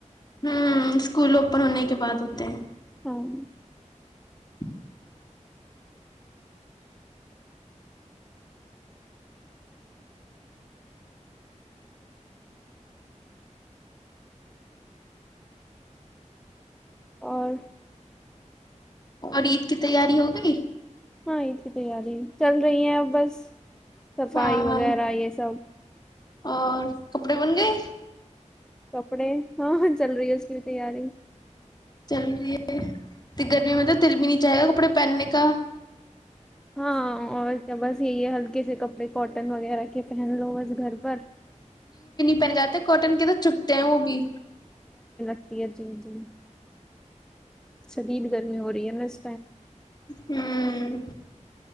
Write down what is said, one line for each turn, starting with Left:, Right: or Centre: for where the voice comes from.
Left: ہوں اسکول اوپن ہونے کے بعد ہوتے ہیں
Centre: ہاں
Left: <inaudible>
Centre: اور
Left: اور عید کی تیاری ہوگئی
Centre: ہاں عید کی تیاری ہی چل رہی ہیں اب بس صفائی
Left: ہاں
Centre: وغیرہ یہ سب
Left: اور کپڑے بن گئے
Centre: سب کپڑے ہاں چل رہی ہے اس کی بھی تیاری
Left: چلوری ہے گرمی میں مل دل بھی نہیں چاہے گا کپڑے پہننے کا
Centre: ہاں اور کیا بس یہی ہے ہلکے سے کپڑے کاٹن وغیرہ کے پہن لو بس گھر پر
Left: پن جاتے کو ٹن کے تو چپتے ہیں وہ بھی
Centre: جی جی جی شدید گرمی ہو رہی ہے بس
Left: ہوں